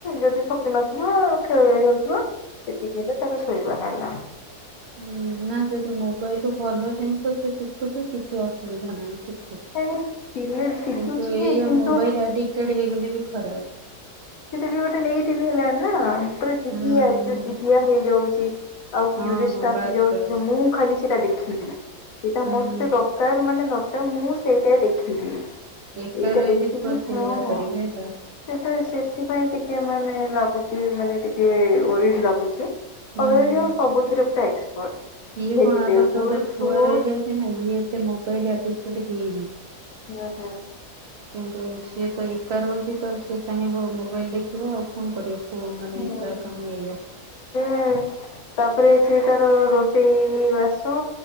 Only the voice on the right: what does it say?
ହ ନା ଯଦି ମୋବାଇଲ ରୁ ଭଲ ଜିନିଷ ସେ ଶିଖୁଛି କିଛି ଅସୁବିଧା ନାହିଁ ଶିଖୁ।
କିନ୍ତୁ ଏଇଆ
ମୋବାଇଲ ଆଡିକଟଡ ହେଇଗଲେ ବି ଖରାପ।
ହୁଁ ହୁଁ
ହଁ
ହଁ
ବାସ୍
ବାସ୍
ହୁଁ
ଏକା ରହିଲେ
ଛୁଆ ସେଇଆ
କରିବେ ହେଲା
ହୁଁ।
ଇଏ
କଣ ପାଖରେ ଗୋଟେ ଛୁଆ
ରହିଯାଉଛି ନା ଇଏ ଏତେ ମୋବାଇଲ ଆଡିକ୍ତେଡ ହେଇନି।
କିନ୍ତୁ ସିଏ ତ ଏକା ରହୁଛି ତ ସିଏ ଚାହିଁବ ମୋବାଇଲ ଦେଖିବ ଆଉ କଣ କରିବ। ହଁ ମାନେ
ତା କମ ଏଇଆ।।